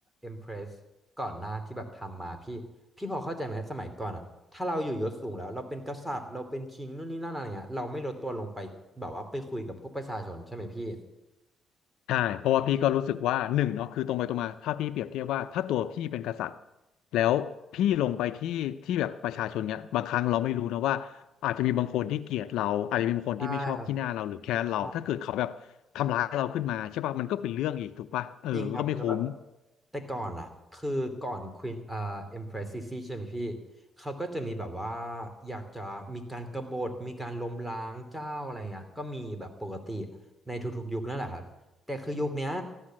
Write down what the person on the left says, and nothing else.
ใช่เพราะว่าพี่ก็รู้สึกว่าหนึ่งเนาะคือตรงไปตรงมาถ้าพี่เปรียบเทียบว่าถ้าตัวพี่เป็นกษัตริย์แล้วพี่ลงไปที่ที่แบบประชาชนเนี่ยบางครั้งเราไม่รู้นะว่าอาจจะมีบางคนที่เกลียดเราอาจจะมีบางคนที่ไม่ชอบขี้หน้าเราหรือแค้นเราถ้าเกิดเขาแบบทำร้ายเราขึ้นมาใช่ป่ะมันก็เป็นเรื่องอีกถูกป่ะเออมันก็ไม่คุ้ม